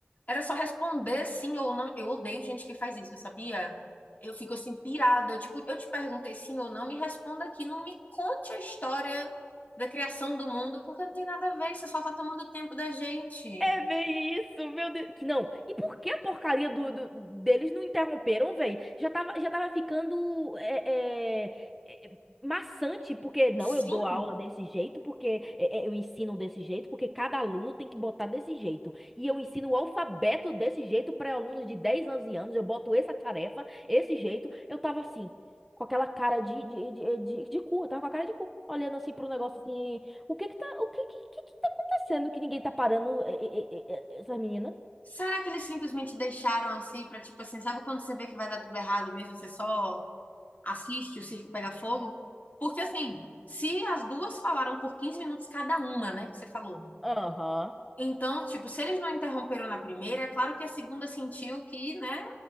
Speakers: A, on the left; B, in the centre.
A: Era só responder sim ou não. Eu odeio gente que faz isso, sabia? Eu fico assim, pirada. Eu, tipo, eu te perguntei sim ou não, me responda aqui. Não me conte a história da criação do mundo, porque não tem nada a ver. Você só tá tomando tempo da gente.
B: É bem isso, meu Deus. Que não. E por que a porcaria do, do- deles não interromperam, velho? Já tava, já tava ficando é, é, é, maçante, porque não,
A: Sim?
B: eu dou aula desse jeito, porque é, é, eu ensino desse jeito, porque cada aluno tem que botar desse jeito. E eu ensino o alfabeto desse jeito para alunos de 10, 11 anos, eu boto essa tarefa, esse jeito. Eu tava assim, com aquela cara de, de, de, de, de cu, eu tava com a cara de cu, olhando assim pro negócio assim, o que que tá, o que que tá sendo que ninguém tá parando eh, eh, eh, eh, eh, essas meninas?
A: Será que eles simplesmente deixaram assim pra, tipo assim, sabe quando você vê que vai dar tudo errado mesmo? Você só assiste o circo pegar fogo? Porque assim, se as duas falaram por 15 minutos cada uma, né, que você falou.
B: Aham.
A: Então, tipo, se eles não interromperam na primeira, é claro que a segunda sentiu que, né,